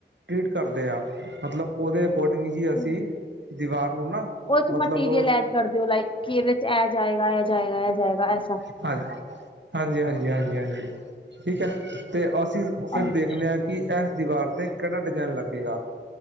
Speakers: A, on the right (about 75°); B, on the left (about 30°).
A: ਟ੍ਰੀਟ ਕਰਦੇ ਆ। ਮਤਲਬ ਉਹਦੇ ਅਕੋਰਡਿੰਗ ਹੀ ਅਸੀਂ।
B: ਹਮ
A: ਦੀਵਾਰ ਨੂੰ ਨਾ।
B: ਉਹ ਚ
A: ਮਤਲਬ
B: ਮਟੀਰੀਅਲ ਐਡ ਕਰ ਦੇ ਹੋ ਲਾਈਕ ਕਿ ਇਹਦੇ ਚ ਇਹ ਜਾਏਗਾ, ਇਹ ਜਾਏਗਾ, ਇਹ ਜਾਏਗਾ ਐਸਾ।
A: ਹਾਂਜੀ। ਹਾਂਜੀ ਹਾਂਜੀ ਹਾਂਜੀ ਹਾਂਜੀ ਠੀਕ ਹੈ ਤੇ ਅਸੀਂ ਫਿਰ
B: ਅੱਛਾ
A: ਦੇਖਣੇ ਹਾਂ ਕਿ ਇਹ। ਦੀਵਾਰ ਤੇ ਕਿਹੜਾ ਡਿਜ਼ਾਇਨ ਲੱਗੇਗਾ।